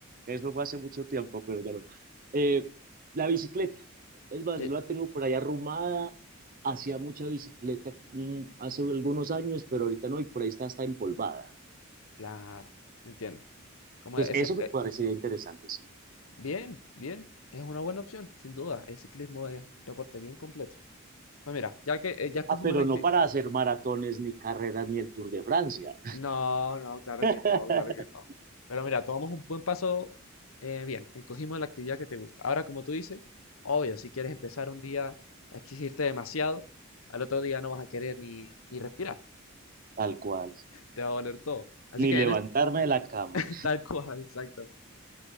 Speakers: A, on the right; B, on the left.
A: Eso fue hace mucho tiempo, pero ya no. Eh, la bicicleta. Es más,
B: Eh,
A: yo la tengo por ahí arrumada. Hacía mucha bicicleta mm, hace algunos años, pero ahorita no, y por ahí está, está empolvada.
B: claro, entiendo. Como
A: Entonces,
B: ese,
A: eso me
B: eh,
A: parecería interesante, sí.
B: bien, bien, es una buena opción, sin duda. El ciclismo es un deporte bien completo. Pues mira, ya que eh, ya escogimos
A: Ah, pero
B: la, acti-
A: no para hacer maratones, ni carreras, ni el Tour de Francia.
B: No, no, claro
A: <laughs>
B: que no, claro que no. Pero mira, tomamos un buen paso eh, bien, encogimos la actividad que te gusta. Ahora, como tú dices, obvio, si quieres empezar un día a exigirte demasiado, al otro día no vas a querer ni, ni respirar,
A: Tal cual.
B: te va a doler todo. Así
A: Ni
B: que
A: levantarme
B: en este,
A: de la cama.
B: <laughs> tal cual, exactamente.